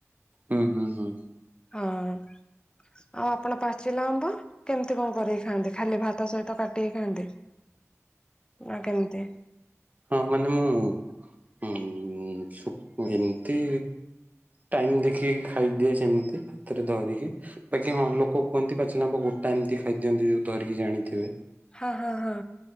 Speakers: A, on the right (about 30°); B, on the left (about 15°).
A: ହୁଁ ହୁଁ ହୁଁ।
B: ହଁ ଆଉ ଆପଣ ପାଚିଲା ଆମ୍ବ? କେମ୍ତି କଁ କରିକି ଖାଆନ୍ତି ଖାଲି ଭାତ ସଇତ କାଟିକି ଖାଆନ୍ତି ନା କେମ୍ତି?
A: ହଁ ମାନେ ମୁଁ ହୁଁ ସୁ ଏମ୍ତି ଟାଇମ୍ ଦେଖିକି ଖାଇଦିଏ ସେମ୍ତି ହାତରେ ଦରିକି। ବାକି ହଁ ଲୋକ କୁହନ୍ତି ପାଚିଲା ଆମ୍ବ ଗୋଟା ଏମ୍ତି ଖାଇଦିଅନ୍ତି ଯୋଉ ଧରିକି ଜାଣିଥିବେ?
B: ହଁ ହଁ ହଁ।